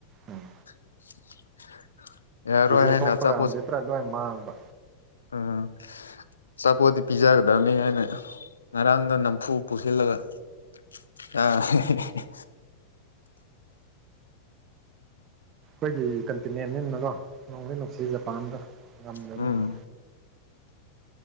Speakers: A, on the right; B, on the left.
A: ꯎꯝ
B: <inaudible> ꯌꯥꯔꯣꯏ
A: ꯔꯤꯖꯜ
B: ꯍꯥꯏꯅ
A: ꯊꯣꯛꯄ
B: ꯑꯆꯥꯄꯣꯠ
A: ꯀꯥꯟꯗꯗꯤ ꯄꯨꯔꯥ ꯂꯣꯏ ꯃꯥꯡꯕ
B: ꯎꯝ ꯑꯆꯥꯄꯣꯠꯗꯤ ꯄꯤꯖꯒꯗꯕꯅꯤ ꯍꯥꯏꯅ ꯉꯔꯥꯡꯗꯣ ꯅꯝꯐꯨ ꯄꯨꯁꯤꯜꯂꯒ <unintelligible>
A: ꯑꯩꯈꯣꯏꯒꯤ ꯀꯟꯇꯤꯅꯦꯟꯅꯤꯅꯀꯣ ꯅꯨꯡꯗꯤ ꯅꯨꯡꯁꯤ ꯖꯄꯥꯟꯗꯣ ꯉꯝꯗ꯭ꯔꯕꯅꯤꯅ
B: ꯎꯝ